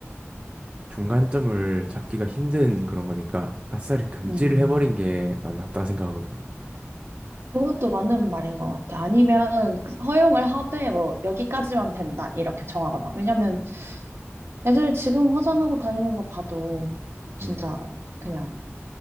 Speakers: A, on the right; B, on the right.
A: 중간점을 잡기가 힘든 그런 거니까 아싸리 금지를
B: 음,
A: 해버린 게 난 낫다 생각하거든.
B: 그것도 맞는 말인 것 같아. 아니면 허용을 하되 뭐 여기까지만 된다 이렇게 정하거나. 왜냐면 애들 지금 화장하고 다니는 거 봐도 진짜
A: 음,
B: 그냥